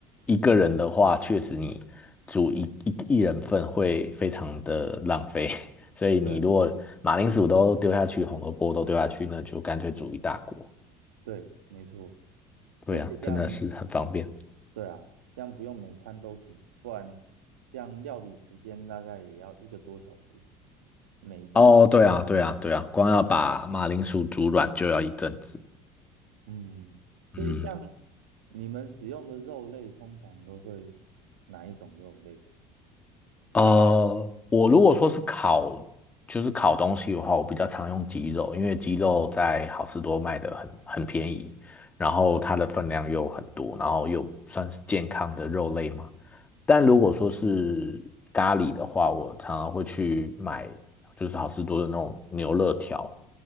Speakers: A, on the left; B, on the right.
A: 一个人的话，确实你煮一一一人份会非常的浪费，<laughs> 所以你如果马铃薯都丢下去，
B: 对啊
A: 红萝卜都丢下去，那就干脆煮一大锅。
B: 对，没错。
A: 对啊，
B: 而且这样，
A: 真的是很方便。
B: 对啊，这样不用每餐都煮，不然这样料理时间大概也要一个多小时。每一次，
A: 哦，对啊，对啊，对啊，光要把马铃薯煮软就要一阵子。
B: 嗯，所以像
A: 嗯，
B: 你们使用的肉类，通常都会哪一种肉类啊
A: 呃，我如果说是烤，就是烤东西的话，我比较常用鸡肉，因为鸡肉在好市多卖的很很便宜，然后它的分量又很多，然后又算是健康的肉类嘛。但如果说是咖喱的话，我常常会去买，就是好市多的那种牛肋条，